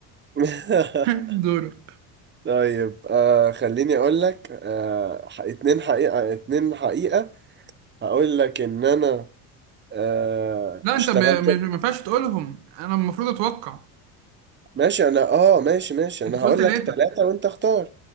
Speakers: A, on the right; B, on the right.
A: <laughs>
B: <laughs> دورك
A: طيب آه خليني اقول لك آه ح- اتنين حقيقة اتنين حقيقة هقول لك ان انا آه
B: لا انت
A: اشتغلت
B: ب... م- ما ينفعش تقولهم انا المفروض اتوقع
A: ماشي انا اه ماشي ماشي
B: انت
A: انا
B: قلت
A: هقول
B: ثلاثه
A: لك ثلاثة وانت اختار